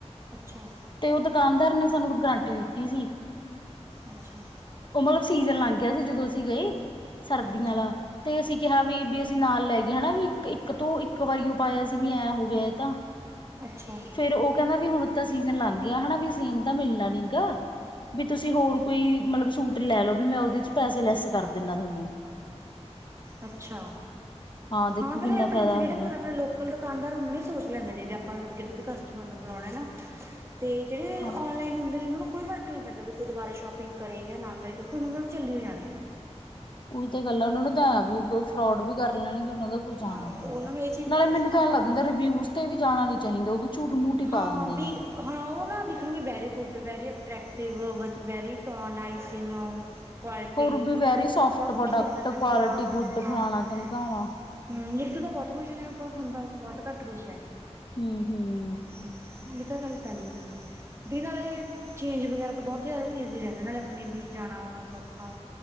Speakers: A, on the right (about 25°); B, on the left (about 45°).
A: ਅੱਛਾ।
B: ਤੇ ਉਹ ਦੁਕਾਨਦਾਰ ਨੇ ਸਾਨੂੰ ਗਰੰਟੀ ਦਿੱਤੀ ਸੀ।
A: ਅੱਛਾ।
B: ਉਹ ਮਤਲਬ ਸੀਜ਼ਨ ਲੰਗ ਗਿਆ ਸੀ ਜਦੋਂ ਅਸੀਂ ਗਏ ਸਰਦੀਆਂ
A: ਅੱਛਾ
B: ਵਾਲਾ। ਤੇ ਅਸੀਂ ਕਿਹਾ ਵੀ, ਵੀ ਅਸੀਂ ਨਾਲ ਲੈ ਗਏ ਹਨਾ ਵੀ ਇੱਕ, ਇੱਕ ਧੋ ਇੱਕ ਵਾਰੀ ਉਹ ਪਾਇਆ ਸੀ ਵੀ ਐਂ ਹੋ ਗਿਆ ਤਾਂ।
A: ਅੱਛਾ।
B: ਫਿਰ ਉਹ ਕਹਿੰਦਾ ਵੀ ਹੁਣ ਤਾਂ ਸੀਜਨ ਲੰਘ ਗਿਆ ਹਨਾ ਵੀ ਸੇਮ ਤਾਂ ਮਿਲਣਾ ਨੀ ਗਾ ਵੀ ਤੁਸੀਂ ਹੋਰ ਕੋਈ ਮਤਲਬ ਸੂਟ ਲੈ ਲਓ ਵੀ ਮੈਂ ਉਹਦੇ ਚ ਪੈਸੇ ਲੈਸ ਕਰ ਦਿੰਦਾ ਤੁਹਾਨੂੰ।
A: ਅੱਛਾ,
B: ਦੇਖੋ
A: ਹਾਂ ਫਿਰ
B: ਕਿੰਨਾ
A: ਇਹ ਆਪਣੇ
B: ਫਾਇਦਾ
A: ਜਿਹੜੇ
B: ਹੋ
A: ਮਤਲਬ
B: ਗਿਆ
A: ਆਪਣੇ ਲੋਕ ਲੋਕਲ ਦੁਕਾਨਦਾਰ ਹੁੰਦੇ ਨੇ ਸੋਚ ਲੈਂਦੇ ਨੇ, ਵੀ ਆਪਾਂ ਨੂੰ ਅੱਗੇ ਤੋਂ ਵੀ ਕਸਟਮਰ ਨੂੰ ਬੁਲਾਉਣਾ ਨਾ ਤੇ ਜਿਹੜੇ
B: ਹਾਂ।
A: ਔਲਾਈਨ ਹੁੰਦੇ ਨੇ ਉਹਨਾਂ ਨੂੰ ਕੋਈ ਫਰਕ ਨਹੀਂ ਪੈਂਦਾ ਵੀ ਕੋਈ ਦੁਬਾਰਾ ਸ਼ੋਪਿੰਗ ਕਰੇ ਜਾਂ ਨਾ ਕਰੇ ਕਿਉਂਕਿ ਉਹਨਾਂ ਚੱਲੀ ਹੋ ਜਾਣੇ ਹੈ।
B: ਉਹੀ ਤਾਂ ਗੱਲ ਹੈ, ਉਹਨਾ ਨੂੰ ਤਾਂ ਵੀ ਫਰੋਡ ਵੀ ਕਰ ਲੈਣਗੇ। ਉਹ ਦਾ ਕੁਝ ਜਾਣਾ
A: ਹਾਂ
B: ਨੀ
A: ਉਹਨਾਂ
B: ਹੈਗਾ
A: ਨੂੰ ਇਹ ਚੀਜ਼
B: ਨਾਲੇ
A: ਨਾਲ ਕਿਸੇ
B: ਮੈਨੂੰ
A: ਨਾਲ
B: ਤਾ ਆਹ ਲੱਗ
A: ਫਰਕ
B: ਹੁੰਦਾ
A: ਨਹੀਂ
B: ਰਿਵਿਊਜ਼
A: ਪੈਣਾ
B: ਤੇ ਵੀ ਜਾਣਾ ਨੀ ਚਾਹੀਦਾ ਉਹ ਝੂਠ ਮੂਠ ਹੀ
A: ਹਾਂ,
B: ਪਾ ਦਿੰਦੇ
A: ਵੀ
B: ਨੇਗੇ
A: ਹਾਂ, ਉਹ ਨਾ ਲਿਖਣਗੇ very good, very attractive, very <unintelligible> quality,
B: ਹੋਰ ਵੀ ਵੈਰੀ ਸੋਫਟ
A: ਬਹੁਤ
B: ਪ੍ਰੋਡਕਟ
A: ਕੁਛ ਲਿਖ ਦਿੰਦੇ ਨੇ
B: ਕੁਆਲਿਟੀ
A: ਹਾਂ, ਹਾਂ,
B: ਗੁੱਡ
A: ਹਾਂ।
B: ਫਲਾਣਾ ਧਮਕਾਣਾ
A: ਲਿਖਦੇ ਤਾ ਬਹੁਤ ਕੁਛ ਪਰ ਹੁੰਣਦਾ ਬਹੁਤ ਘੱਟ ਕੁੱਛ ਹੈ।
B: ਹਮ, ਹਮ। <unintelligible>
A: ਹਮ, ਇਹ ਤਾਂ ਗਲ ਪੈਲਾ। ਵੀ ਨਾਲੇ ਚੇਂਜ ਵਗੈਰਾ ਤਾਂ ਬਹੁਤ ਈਜ਼ੀ ਰਹਿੰਦੇ ਨਾਲੇ ਆਪਣੇ ਵੀ ਜਾਣਾ, ਆਉਣਾ ਸੌਖਾ।